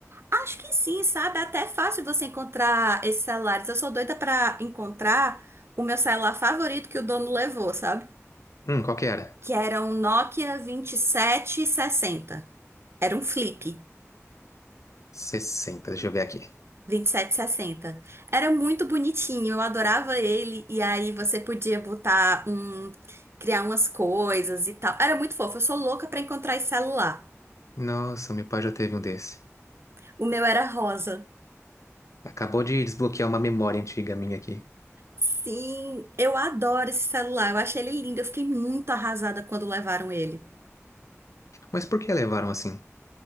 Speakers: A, on the right; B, on the left.
A: Acho que sim, sabe? Até é fácil você encontrar esses celulares. Eu sou doida pra encontrar o meu celular favorito que o dono levou, sabe?
B: Hum, qual que era?
A: Que era um Nokia vinte e sete sessenta Era um flip.
B: sessenta deixa eu ver aqui.
A: vinte e sete e sessenta Era muito bonitinho, eu adorava ele. E aí você podia botar um, criar umas coisas e tal. Era muito fofo, eu sou louca pra encontrar esse celular.
B: Nossa, meu pai já teve um desse.
A: O meu era rosa.
B: Acabou de desbloquear uma memória antiga minha aqui.
A: Sim, eu adoro esse celular, eu achei ele lindo, eu fiquei muito arrasada quando levaram ele.
B: Mas por que levaram assim?